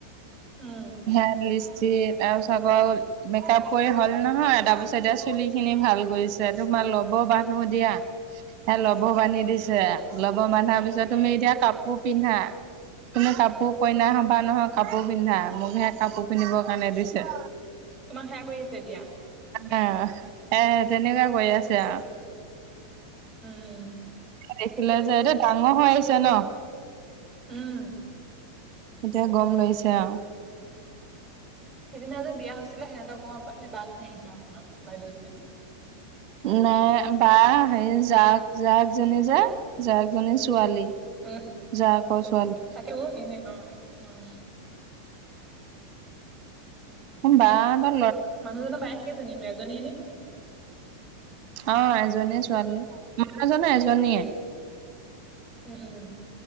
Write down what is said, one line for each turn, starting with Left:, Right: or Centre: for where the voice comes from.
Centre: উম,
Right: হেয়াৰলিষ্ট যি, তাৰপিছত আকৌ মেকআপ কৰি হ'ল নহয়, তাৰপিছতে এতিয়া চুলি খিনি ভাল কৰিছেঁ। ত তোমাৰ ল'ব বান্ধো দিয়া। সেয়া ল'বৰ বান্ধি দিছে, ল'ব বান্ধাৰ পিছত তুমি এতিয়া কাপোৰ পিন্ধা। তুমি কাপোৰ কইনা হ'বা নহয়, কাপোৰ পিন্ধা। মোক হেয়া কাপোৰ পিন্ধিবৰ কাৰণে দিছেঁ।
Centre: তোমাক সেয়া কৰি আছে এতিয়া।
Right: আহ্, এ তেনেকুৱা কৰি আছে আৰু।
Centre: উম্।
Right: দেখিলে যে এইটো ডাঙৰ হৈ আহিছে ন'।
Centre: উম্।
Right: এতিয়া গ'ম লৈছে আৰু।
Centre: সেইদিনা যে বিয়া হৈছিলে, সিহঁতৰ ঘৰত সেই বাঘ নে ইছা উপমা বাইদ'জনী।
Right: উম্, নাই বা হেৰি জাক জাক জনী যে জাক জনীছ ছোৱালী,
Centre: উম,
Right: জাকৰ ছোৱালী।
Centre: তাকে অ' এনে অ', ন।
Right: সোম বাহতক
Centre: মানুহজনৰ বায়েক কেইজনীনো এজনীয়ে নে?
Right: অ',
Centre: উম,
Right: এজনীয়ে ছোৱালী। মানুহজনো এজনীয়ে।
Centre: উম্, উম্।